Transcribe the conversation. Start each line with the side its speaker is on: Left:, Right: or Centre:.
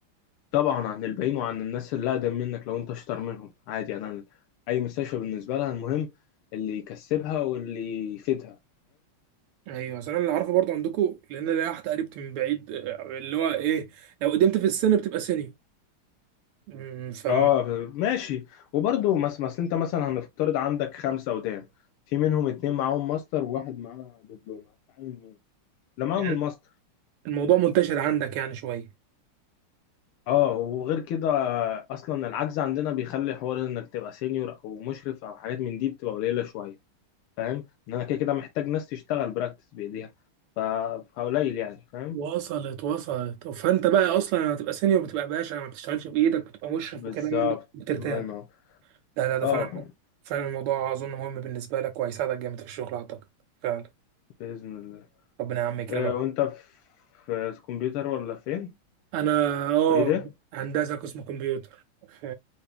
Left: طبعا عن الباقيين وعن الناس اللي اقدم منك لو انت اشطر منهم عادي يعني انا اي مستشفى بالنسبه لها المهم اللي يكسبها واللي يفيدها
Right: ايوه اصل انا اللي عارفه برضه عندكم لان انا واحده قريبتي من بعيد آه، اللي هو ايه لو قدمت في السن بتبقى سينيور أمم، فم
Left: اه ماشي وبرضه مس مثلا انت مثلا هنفترض عندك خمسه قدام في منهم اتنين معاهم ماستر وواحد معاه دبلومه هتعين مين؟ لا معاهم
Right: يعني
Left: الماستر
Right: الموضوع منتشر عندك يعني شويه
Left: اه وغير كده اصلا العجز عندنا بيخلي حوار انك تبقى سينيور او مشرف او حاجات من دي بتبقى قليله شويه فاهم؟ ان انا كده كده محتاج ناس تشتغل براكتس بايديها ف- فقليل يعني فاهم؟
Right: وصلت وصلت فانت بقى اصلا هتبقى سينيور بتبقى باشا ما بتشتغلش بايدك بتبقى مشرف
Left: بالظبط
Right: وكلام من ده بترتاح
Left: الله ينور
Right: لا لا ده
Left: اه
Right: فعلا فعلا الموضوع اظن مهم بالنسبه لك وهيساعدك جامد في الشغل اعتقد فعلا
Left: باذن الله
Right: ربنا يا عم يكرمك
Left: آه وانت في في كمبيوتر ولا فين؟
Right: انا اه
Left: كليه إيه؟
Right: هندسه قسم كمبيوتر في